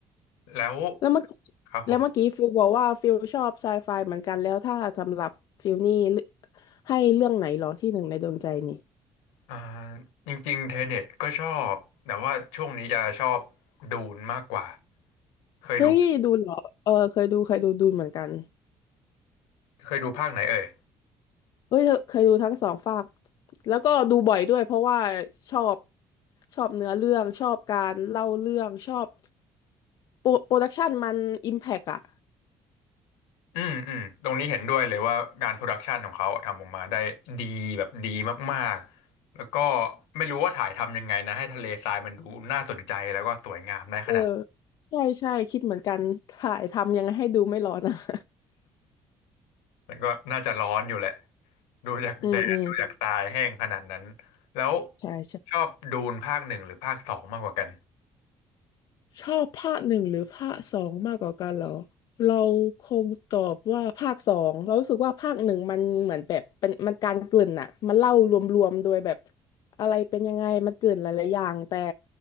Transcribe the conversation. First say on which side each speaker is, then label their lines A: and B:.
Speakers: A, on the left; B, on the left.
A: แล้ว
B: แล้วเมื่อกี้
A: ครับผม
B: แล้วเมื่อกี้ฟิลบอกว่าฟิลชอบไซไฟเหมือนกัน แล้วถ้าสำหรับฟิลนี่เลือกให้เรื่องไหนเหรอที่หนึ่งในดวงใจนี่
A: อ่าจริงๆเทเน็ตก็ชอบแต่ว่าช่วงนี้จะชอบดูนมากกว่าเคยดู
B: เฮ้ยดูเหรอเออเคยดูเคยดูดูเหมือนกัน
A: เคยดูภาคไหนเอ่ย
B: เฮ้ยเธอเคยดูทั้งสองภาคแล้วก็ดูบ่อยด้วยเพราะว่าชอบชอบเนื้อเรื่องชอบการเล่าเรื่องชอบโปรโปรดักชันมันอิมแพกอะ
A: อืมอืมตรงนี้เห็นด้วยเลยว่างานโปรดักชันของเขาทำออกมาได้ดีแบบดีมากๆแล้วก็ไม่รู้ว่าถ่ายทำยังไงนะให้ทะเลทรายมันดูน่าสนใจแล้วก็สวยงามได้ขนาด
B: เออใช่ใช่คิดเหมือนกันถ่ายทำยังไงให้ดูไม่ร้อนอะ <laughs>
A: มันก็น่าจะร้อนอยู่แหละดูจากแดดดูจากทรายแห้งขนาดนั้น
B: อืมอืม
A: แล้ว
B: ใช่ใช่
A: ชอบดูนภาคหนึ่งหรือภาคสองมากกว่ากัน
B: ชอบภาคหนึ่งหรือภาคสองมากกว่ากันเหรอเราคงตอบว่าภาคสองเรารู้สึกว่าภาคหนึ่งมันเหมือนแบบเป็นมันการเกริ่นอะมันเล่ารวมๆโดยแบบอะไรเป็นยังไงมันเกริ่นหลายๆอย่างแต่